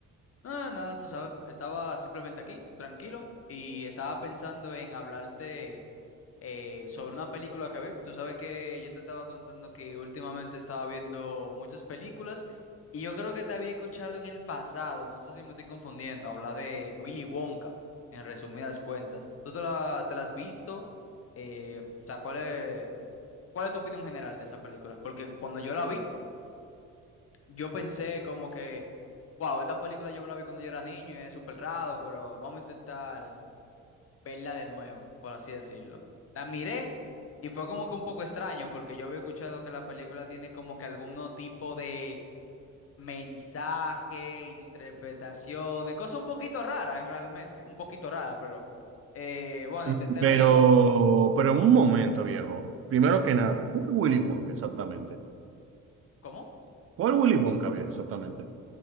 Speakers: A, on the left (about 50°); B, on the right (about 50°).
A: Ah, nada, tú sabes, estaba simplemente aquí, tranquilo, y estaba pensando en hablarte eh, sobre una película que ve. Tú sabes que yo te estaba contando que últimamente estaba viendo muchas películas y yo creo que te había escuchado en el pasado, no sé si me estoy confundiendo, hablar de Willy Wonka, en resumidas cuentas. ¿Tú te la, te la has visto? Eh, o sea, ¿cuál es? ¿Cuál es tu opinión general de esa película? Porque cuando yo la vi, yo pensé como que, wow, esta película yo me la vi cuando yo era niño y es súper raro, pero vamos a intentar verla de nuevo, por así decirlo. La miré y fue como que un poco extraño, porque yo había escuchado que la película tiene como que algún tipo de mensaje, interpretaciones, cosas un poquito raras realmente, un poquito raras, pero eh, bueno,
B: Mm.
A: intenté
B: Pero,
A: verla y como...
B: pero en un momento, viejo. Primero que nada, ¿cuál Willy Wonka exactamente?
A: ¿Cómo?
B: ¿Cuál Willy Wonka, viejo, exactamente?